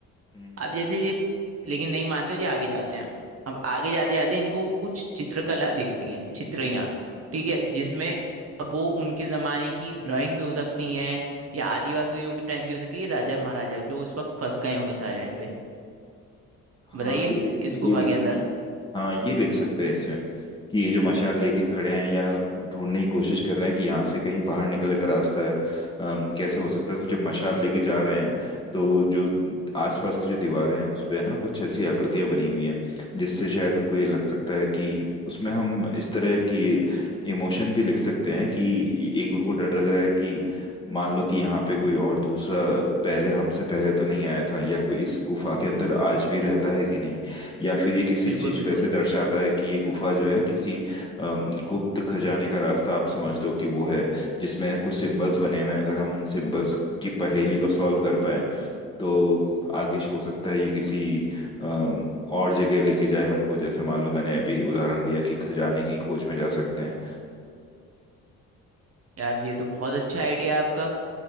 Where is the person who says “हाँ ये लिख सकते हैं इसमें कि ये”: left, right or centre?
Left